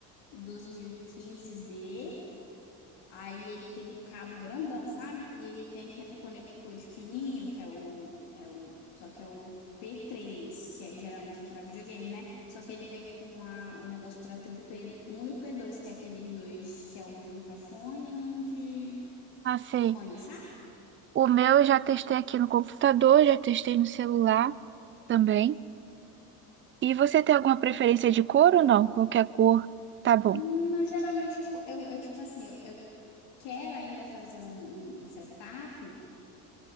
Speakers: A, on the left (about 65°); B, on the right (about 25°).
A: dois mil e quinze d Aí ele tem um cabo grandão, sabe? E ele tem aquele conector de pininho, que é o, é o, só que é o p três que aí geralmente é para videogame, né? Só que ele vem com a, o negócio para ter o p um e o p dois que é aqueles dois, que é um de microfone e um de
B: Ah, sei.
A: fone, sabe?
B: O meu eu já testei aqui no computador, já testei no celular também. E você tem alguma preferência de cor ou não? Qualquer cor, tá bom.
A: Não, geralmente eu, eu, eu, tipo assim, eu, eu quero ainda fazer um, um setup